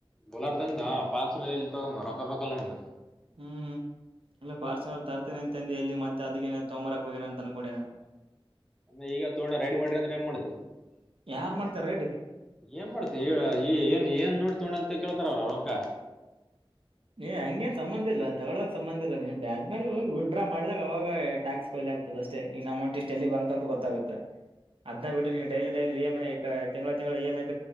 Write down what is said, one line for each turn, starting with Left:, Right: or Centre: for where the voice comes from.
Centre: ಬೂಲೆರೊ, ತಂಧಾ, ಫಾರ್ಚುನರ್ ಇಲ್ಲಿ ತಗೋ, ಮಗ ರೊಕ್ಕ ಬೇಕಲ್ಲ, ಮಗ. <inaudible>
Right: ಹ್ಮ್, ಹ್ಮ್, ಅಂದ್ರೆ ಫಾರ್ಚುನರ್ ತರುತ್ತೀನಿ. <inaudible> ತಂದೆಯ ಇಲ್ಲಿ, ಮತ್ತೆ ಅದನ್ನೇ ತಗೋಬರಿ ಹೋಗಿದ್ದಾನೆ ಅಂದ್ಕೊಂಡೆ, ನಾನು? <inaudible>
Centre: ಅಲ್ಲ ಇವಾಗ, ತಕೊಂಡು, ರೆಡಿ ಮಾಡಿ ಅಂದ್ರೆ ಏನ್ ಮಾಡ್ತಿ?
Right: ಯಾರ್
Centre: <inaudible>
Right: ಮಾಡ್ತಾರ ಇಡಿ
Centre: ಏನ್, ಮಾಡ್ತಿ, ಈಗ, ಏನ್, ಏನ್, ನೋಡಿ ತಗೊಂಡೆ, ಅಂತ? <inaudible> ತಿಂಕೊಳ್ಳೋಕೆ ಬರಲ್ವಾ ರೊಕ್ಕ? <inaudible>
Right: ಏ ಹಂಗೇನ್ ಸಂಬಂಧ ಇಲ್ಲ! ತಗೊಳ್ಳುವಾಗ ಸಂಬಂಧ, ಇಲ್ಲ ನೀನ್ ಬ್ಯಾಂಕ್ ನಲ್ಲಿ, ಹೋಗಿ ವಿತ್ ಡ್ರಾ, ಮಾಡಿದಾಗ ಅವಾಗ ಟ್ಯಾಕ್ಸ್, ಫೈಲ್.. <inaudible> ಆಗ್ತದೇ, ಅಷ್ಟೇ ನಿನ್ ಅಮೌಂಟ್, ಇಷ್ಟು ಎಲ್ಲಿ ಬಂತು, ಅಂತ ಗೊತ್ತಾಗುತ್ತೆ? <inaudible> ಅದಾನಾ, ಬಿಡು ನೀನು, daily, daily! E, M, I. ತಿಂಗಳ, ತಿಂಗಳ, ಇ, ಎಂ, ಐ. <inaudible>